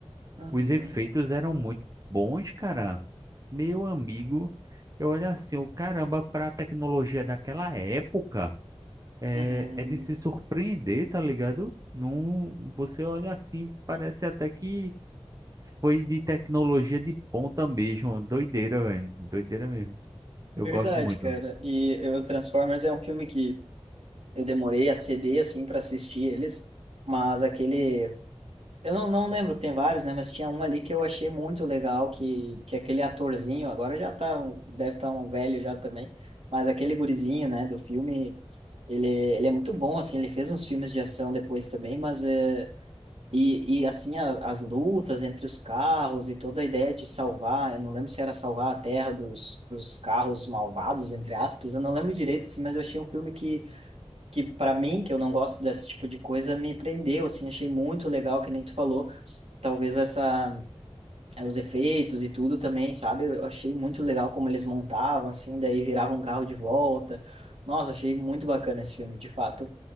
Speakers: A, on the right; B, on the right.
A: Uhum,
B: Os efeitos eram muito bons, cara. Meu amigo, eu olho assim, o caramba, pra tecnologia daquela época, é,
A: uhum.
B: é de se surpreender, tá ligado? Não, você olha assim, parece até que foi de tecnologia de ponta mesmo. Doideira, velho. Doideira mesmo. Eu
A: Verdade,
B: gosto muito.
A: cara. E o Transformers é um filme que eu demorei a ceder, assim, para assistir eles, mas aquele. Eu não, não lembro que tem vários, né? Mas tinha um ali que eu achei muito legal, que, que aquele atorzinho, agora já tá, um- deve estar um velho já também, mas aquele gurizinho, né, do filme. Ele, ele é muito bom, assim, ele fez uns filmes de ação depois também, mas eh, E, e assim, a- as lutas entre os carros e toda a ideia de salvar, eu não lembro se era salvar a terra dos, dos carros malvados, entre aspas, eu não lembro direito, assim, mas eu achei um filme que, que para mim, que eu não gosto desse tipo de coisa, me prendeu, assim, achei muito legal, que nem tu falou, talvez essa, eh, os efeitos e tudo também, sabe? Eu achei muito legal como eles montavam, assim, daí viravam um carro de volta. Nossa, achei muito bacana esse filme, de fato.